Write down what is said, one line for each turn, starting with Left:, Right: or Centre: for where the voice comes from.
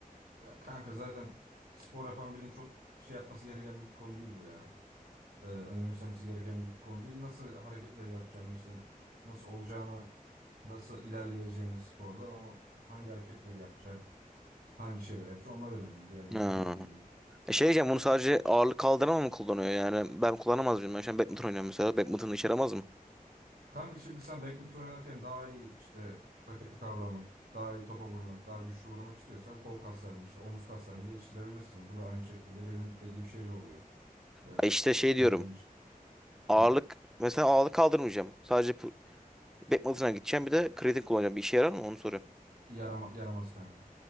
Right: Ya kanka zaten spor yapan birinin çok şey yapması gereken bir konu değil bu ya. Ee, önemsemesi gereken bir konu değil. Nasıl hareketler yapacağını işte nasıl olacağını nasıl ilerleyeceğini sporda o hangi hareketleri yapacaksın hangi şeyler yapacaksın onlar önemli. Diğerleri
Centre: Ha.
Right: çok önemli değil.
Centre: E şey diyeceğim bunu sadece ağırlık kaldırma mı kullanıyor yani ben kullanamaz mıyım? Ben şu an badminton oynuyorum mesela badminton'u içeri alamaz mı?
Right: Kanka şimdi sen badminton oynarken daha iyi işte raketi kavramak daha iyi topa vurmak daha güçlü vurmak istiyorsan kol kaslarını işte omuz kaslarını geliştirebilirsin. Bu da aynı şekilde benim dediğim şeyle oluyor. Ee,
Centre: Ha işte şey diyorum
Right: ne denir?
Centre: ağırlık
Right: Hı.
Centre: mesela ağırlık kaldırmayacağım sadece pu- badminton'a gideceğim bir de kreatin kullanacağım bir işe yarar mı onu soruyorum.
Right: Yarama, yaramaz kanka.